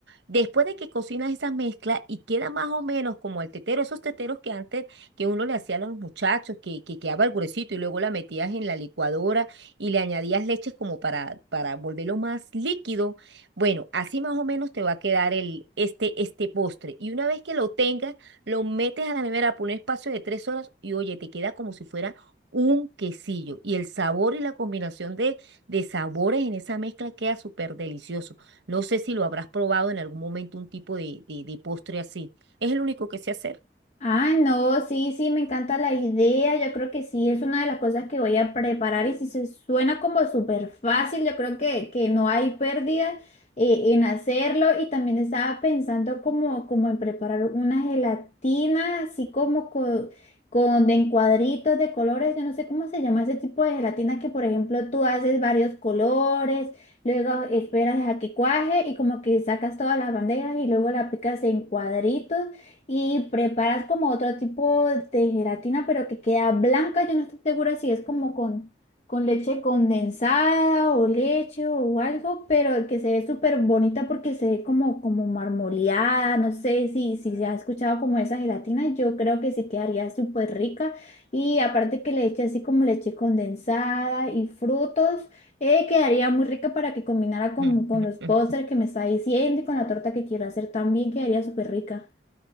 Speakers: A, on the right; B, on the left.
A: Después de que cocinas esa mezcla y queda más o menos como el tetero, esos teteros que antes que uno le hacía a los muchachos, que, que quedaba el gruesito y luego la metías en la licuadora y le añadías leches como para, para volverlo más líquido. Bueno, así más o menos te va a quedar el, este, este postre. Y una vez que lo tengas, lo metes a la nevera por un espacio de tres horas y oye, te queda como si fuera un quesillo. Y el sabor y la combinación de, de sabores en esa mezcla queda súper delicioso. No sé si lo habrás probado en algún momento un tipo de, de, de postre así. Es el único que sé hacer.
B: Ah, no, sí, sí, me encanta la idea. Yo creo que sí, es una de las cosas que voy a preparar y si se suena como súper fácil, yo creo que, que no hay pérdida eh, en hacerlo. Y también estaba pensando como, como en preparar una gelatina, así como con, con de en cuadritos de colores. Yo no sé cómo se llama ese tipo de gelatina que, por ejemplo, tú haces varios colores, luego esperas a que cuaje y como que sacas todas las bandejas y luego la picas en cuadritos y preparas como otro tipo de gelatina, pero que queda blanca. Yo no estoy segura si es como con, con leche condensada o leche o algo, pero que se ve súper bonita porque se ve como, como marmoleada. No sé si, si se ha escuchado como esa gelatina. Yo creo que sí quedaría súper rica. Y aparte que le eche así como leche condensada y frutos, eh, quedaría muy rica para que combinara con,
A: <laughs>
B: con los postres que me está diciendo y con la torta que quiero hacer también quedaría súper rica.